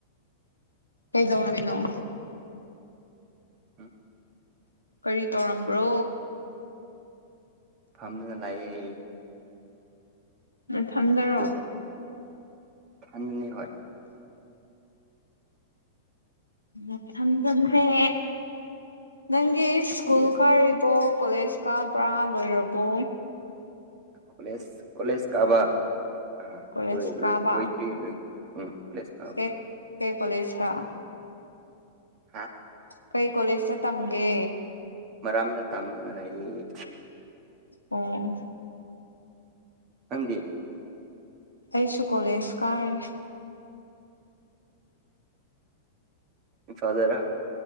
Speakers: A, on the left (about 85°); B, on the right (about 35°).
A: ꯀꯩꯗꯧꯔꯝꯃꯤꯅꯣ
B: ꯍꯝ <inaudible>
A: ꯀꯔꯤ ꯇꯧꯔꯝꯕ꯭ꯔꯣ
B: ꯐꯝꯔꯥꯒ ꯂꯩꯌꯦ
A: ꯅꯊꯟꯗꯔꯣ
B: ꯑꯗꯨ <inaudible> ꯏꯊꯟꯗꯅꯤ ꯍꯣꯢ
A: ꯅꯊꯟꯗꯅꯦ ꯅꯪꯗꯤ
B: ꯅꯪꯗꯤ
A: ꯁ꯭ꯀꯨꯜ ꯀꯥꯔꯤ ꯕꯣ ꯀꯣꯂꯦꯖ ꯀꯥꯕ꯭ꯔꯥ ꯂꯣꯏꯔꯕꯣ
B: ꯀꯣꯂꯦꯖ ꯀꯣꯂꯦꯖ ꯀꯥꯕꯥ ꯑꯥ
A: ꯀꯣꯂꯦꯖ
B: ꯂꯣꯢ ꯂꯣꯏ
A: ꯀꯥꯕ
B: ꯂꯣꯏꯗ꯭ꯔꯤ ꯂꯣꯏ ꯎꯝ ꯀꯣꯂꯦꯖ ꯀꯥꯕ
A: ꯀꯩ ꯀꯩ ꯀꯣꯂꯦꯖꯔꯥ
B: ꯍꯥꯥ
A: ꯀꯩ ꯀꯣꯂꯦꯖꯇ ꯇꯝꯒꯦ
B: ꯃꯔꯥꯝꯗ ꯇꯝꯗꯨꯅ ꯂꯩꯌꯦ
A: ꯑꯣ
B: ꯅꯪꯗꯤ
A: ꯑꯩꯁꯨ ꯀꯣꯂꯦꯖ ꯀꯥꯏ
B: ꯏꯝꯐꯥꯜ ꯗꯔꯥ